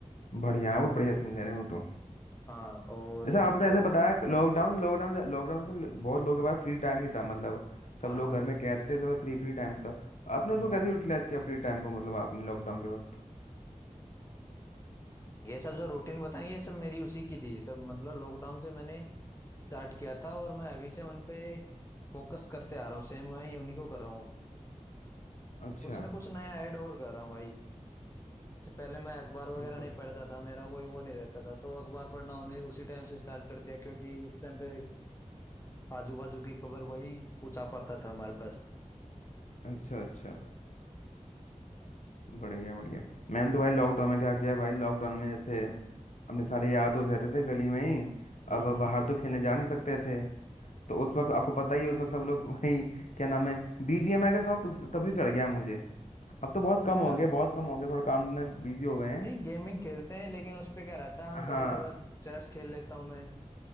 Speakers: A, on the left; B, on the left.
A: बढ़िया है वो बढ़िया सिंगर है वो तो
B: हाँ और
A: जैसे
B: एक
A: आपने
B: वो
A: ऐसे बताया लॉकडाउन लॉकडाउन लॉकडाउन से बहुत लोगों के पास फ्री टाइम ही था मतलब सब
B: हाँ
A: लोग
B: हाँ
A: घर में कैद थे सब फ्री फ्री टाइम था आपने उसको
B: हम्म
A: कैसे यूटिलाइज किया फ्री टाइम को मतलब आपने लॉकडाउन के वक्त
B: ये सब जो रूटीन बताई ये सब मेरी उसी की थी सब मतलब लॉकडाउन से मैंने स्टार्ट किया था और मैं अभी से उन पे फोकस करते आ रहा हूँ सेम मैं उन्हीं को कर रहा हूँ
A: अच्छा
B: कुछ ना कुछ नया ऐड और कर रहा हूँ भाई सबसे पहले मैं अखबार वगैरह
A: ब-
B: नहीं पढ़ता था मेरा कोई वो नहीं रहता था तो अखबार पढ़ना उन्हें उसी टाइम से स्टार्ट कर दिया क्योंकि उस टाइम पे आजू बाजू की खबर वही पूछा पाता था हमारे पास
A: अच्छा अच्छा बढ़िया बढ़िया मैंने तो भाई लॉकडाउन में क्या किया भाई लॉकडाउन में जैसे अपने सारे यार दोस्त रहते थे गली में ही
B: हम्म
A: अब
B: हम्म
A: बाहर तो खेलने जा नहीं सकते थे तो उस वक्त आपको पता ही है उस वक्त सब लोग <laughs> वही क्या नाम है बीजीएमआई का शौक उस- तब से चढ़ गया मुझे अब तो बहुत कम हो
B: अच्छा।
A: गया बहुत कम हो गया थोड़ा काम में बिजी हो गए हैं
B: नहीं गेमिंग खेलते हैं लेकिन उस पे क्या रहता है हम कभी
A: हाँ
B: कभार चेस खेल लेता हूँ मैं